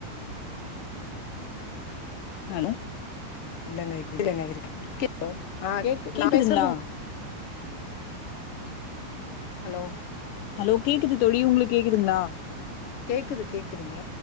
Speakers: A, on the left; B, on the left.
A: ஹலோ
B: இல்லங்க <unintelligible> இருக்க கே ஹலோ ஹ கேக்கு
A: கேக்குதுங்களா
B: நா பேசுரது உங் ஹலோ
A: ஹலோ கேக்குது தொழி உங்களுக் கேக்குதுங்களா
B: கேக்குது கேக்குதுங்க